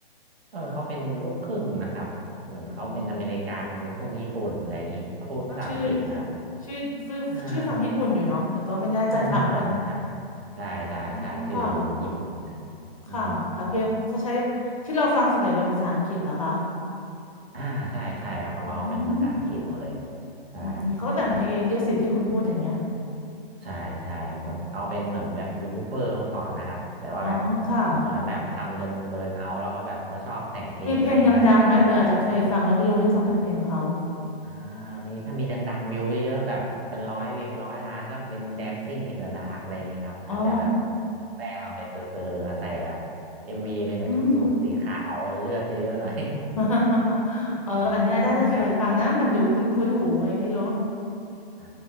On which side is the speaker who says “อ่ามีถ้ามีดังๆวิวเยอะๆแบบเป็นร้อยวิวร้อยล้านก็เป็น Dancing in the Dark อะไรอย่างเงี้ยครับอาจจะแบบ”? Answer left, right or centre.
Right